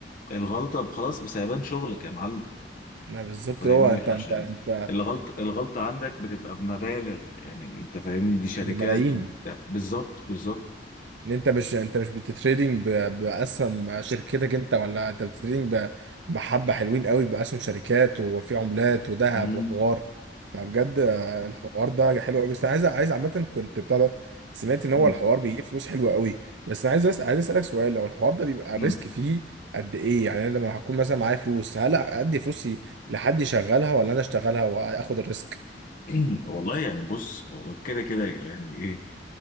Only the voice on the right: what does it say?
ما بالظبط
هو انت
انت انت
بملايين
ان انت مش انت مش بتتريدنج ب- باسهم شركتك انت ولا انت بتتريدنج ب- بحبه حلوين قوي باسهم شركات وفي عملات وذهب
وحوار فبجد آه، الحوار ده حلو قوي بس انا عايز عايز عامه كنت بتاع ده سمعت ان هو
الحوار بيجيب فلوس حلوه قوي بس انا عايز أس... عايز اسالك سؤال لو الحوار ده بيبقى الريسك
فيه قد ايه يعني انا لما هكون مثلا معايا فلوس هل ادي فلوسي لحد يشغلها ولا انا اشتغلها واخد الريسك